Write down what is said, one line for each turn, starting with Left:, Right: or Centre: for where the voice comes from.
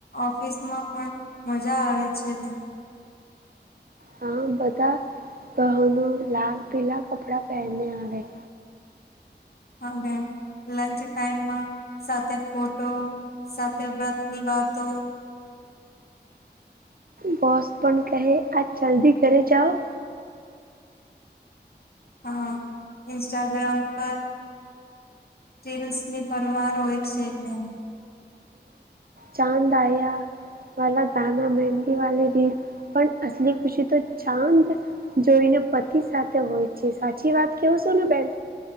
Left: ઓફિસમાં પણ મજા આવે છે એને.
Right: હા. બધા બહનો લાલ પીલા કપડાં પહેરને આવે.
Left: હા બહેન. લંચ ટાઈમમાં સાથે ફોટો, સાથે વ્રતની વાતો
Right: બોસ પણ કહે આજ જલ્દી ઘરે જાઓ.
Left: હા. ઇન્સ્ટાગ્રામ પર રીલ્સ ની પરમાર હોય છેે ને એમ.
Right: ચાંદ આયા વાલા <unintelligible> મહંદી વાલી રીલ પણ અસલી ખુશી તો ચાંદ જોઈને પતિ સાથે હોય છે. સાચી વાત કેવું સું ને બહેન?